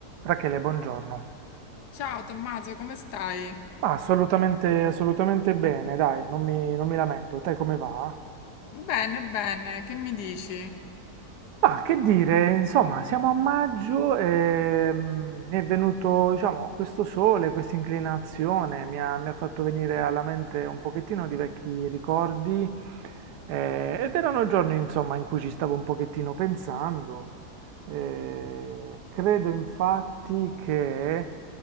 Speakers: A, on the right; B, on the left.
A: Rachele, buongiorno.
B: Ciao Tommaso, come stai?
A: Ah, assolutamente, assolutamente bene, dai, non mi, non mi lamento. Te come va?
B: Bene, bene, che mi dici?
A: Ma che dire, insomma, siamo a maggio e mm, mi è venuto, diciamo, questo sole, questa inclinazione, mi ha, mi ha fatto venire alla mente un pochettino di vecchi ricordi eh, ed erano giorni, insomma, in cui ci stavo un pochettino pensando. Eh, credo infatti che